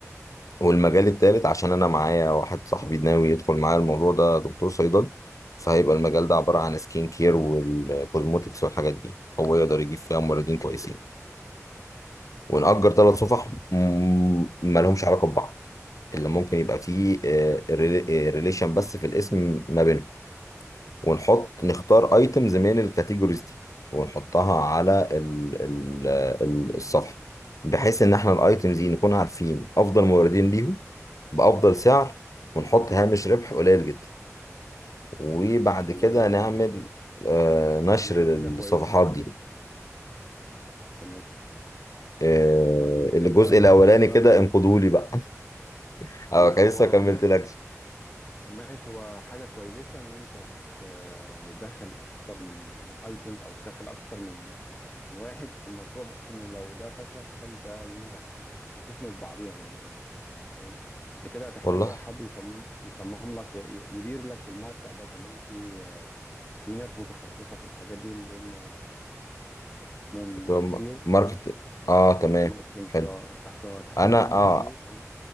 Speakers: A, on the left; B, on the left.
A: والمجال التالت عشان انا معايا واحد صاحبي ناوي يدخل معايا الموضوع ده دكتور صيدلي فهيبقى المجال ده عبارة عن سكين كير والكوزموتكس والحاجات دي هو يقدر يجيب فيها موردين كويسين ونأجر
B: تمام
A: ثلاث صفح م- مالهمش علاقة ببعض اللي ممكن يبقى فيه ريليشن بس في الاسم ما بينهم ونحط نختار ايتمز من الكاتيجوريز دي ونحطها على ال ال ال- الصفحة بحيث ان احنا الايتمز دي نكون عارفين افضل موردين ليهم بأفضل سعر ونحط هامش ربح قليل جدا وبعد
B: والله
A: كده
B: ده
A: نعمل آه، نشر
B: دي حاجة
A: للصفحات
B: كويسة
A: دي
B: تمام
A: آه،
B: طيب انت كده
A: الجزء
B: هتحتاج
A: الأولاني
B: بقى
A: كده انقدوا لي بقى <laughs> أه
B: لا
A: كان
B: هو
A: لسه كملت
B: والله
A: لك
B: ماشي هو حاجة كويسة ان انت ت- يعني تدخل اكتر من من ايتمز او تدخل اكتر من من واحد في المشروع بحيث ان لو ده فشل ده ينجح وتسند بعضيها زي ما بيقولوا يعني. تمام انت كده هتحتاج
A: والله
B: بقى حد يصمم يصمم لك ي- يدير لك الموقع ده تمام في في ناس متخصصه في الحاجات دي اللي هم اسمهم
A: طب
B: سيو
A: ماركت
B: تمام
A: اه تمام
B: الماركتنج
A: حلو
B: ده تحت تحت
A: انا
B: مسمى
A: اه
B: السيو تمام